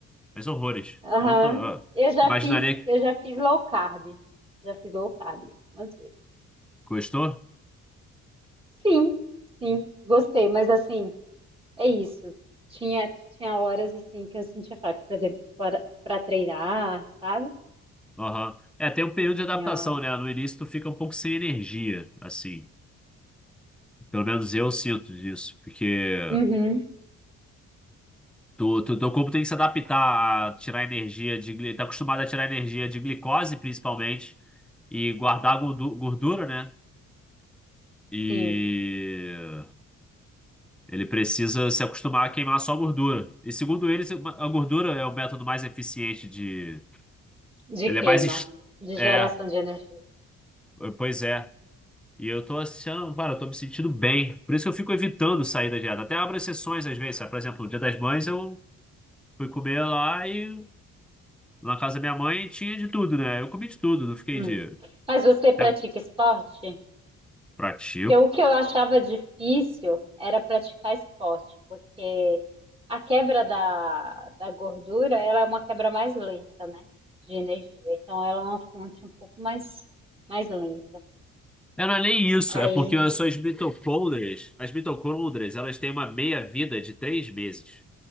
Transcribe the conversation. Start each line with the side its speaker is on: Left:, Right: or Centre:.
Centre: mas horrores.
Right: aham.
Centre: Não tô, ah,
Right: Eu já
Centre: imaginaria
Right: fiz, eu
Centre: que
Right: já fiz low carb. Já fiz low carb algumas vezes.
Centre: gostou?
Right: Sim, sim, gostei, mas assim, é isso. Tinha, tinha horas assim que eu sentia fraco, por exemplo, para, para treinar, sabe?
Centre: Aham. É, tem um período de
Right: Tinha.
Centre: adaptação, né? No início tu fica um pouco sem energia, assim. Pelo menos eu sinto isso, porque
Right: Uhum,
Centre: Tu, tu, teu corpo tem que se adaptar a tirar energia de. gli- Tá acostumado a tirar energia de glicose, principalmente. e guardar gordu- gordura, né? E
Right: sim,
Centre: ele precisa se acostumar a queimar só gordura. E segundo ele, a gordura é o método mais eficiente de.
Right: de
Centre: Ele
Right: queima,
Centre: é mais. es-
Right: de
Centre: É,
Right: geração de energia.
Centre: pois é. E eu tô achando, cara, eu tô me sentindo bem. Por isso que eu fico evitando sair da dieta. Até abro exceções às vezes, sabe? Por exemplo, no Dia das Mães eu fui comer lá e na casa da minha mãe tinha de tudo, né? Eu comi de tudo, não fiquei
Right: Uhum.
Centre: de.
Right: Mas você pratica
Centre: Até
Right: esporte?
Centre: pratico.
Right: que o que eu achava difícil era praticar esporte, porque a quebra da, da gordura, ela é uma quebra mais lenta, né? De energia. Então ela é uma fonte um pouco mais, mais lenta.
Centre: É não é nem isso,
Right: Aí,
Centre: é porque as suas mitocôndrias, as mitocôndrias, elas têm uma meia-vida de três meses,